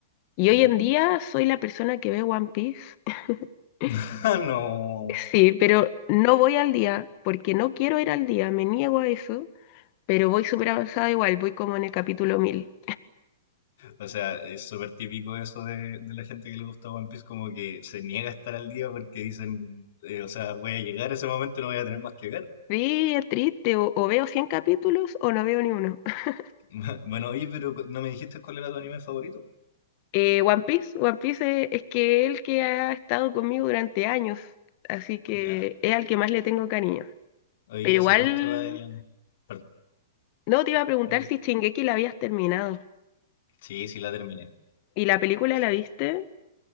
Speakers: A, on the left; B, on the left.
A: Y hoy
B: ¿Ya?
A: en día soy la persona que ve One Piece. <laughs>
B: <laughs> No.
A: Sí, pero no voy al día porque no quiero ir al día, me niego a eso, pero voy súper avanzada igual, voy como en el capítulo 1000.
B: O sea, es súper típico eso de, de la gente que le gusta One Piece, como que se niega a estar al día porque dicen, eh, o sea, voy a llegar a ese momento y no voy a tener más que ver.
A: Sí, es triste, o, o veo 100 capítulos o no veo ni uno. <laughs>
B: <laughs> Bueno, oye, pero no me dijiste cuál era tu anime favorito.
A: Eh, One Piece, One Piece es, es que el que ha estado conmigo durante años, así que
B: Ya.
A: es al que más le tengo cariño.
B: Hoy
A: Pero igual,
B: hace cuántos años. Par-
A: no te iba a preguntar
B: dime-
A: si Shingeki la habías terminado.
B: Sí, sí la terminé.
A: ¿Y la película
B: Sí.
A: la viste?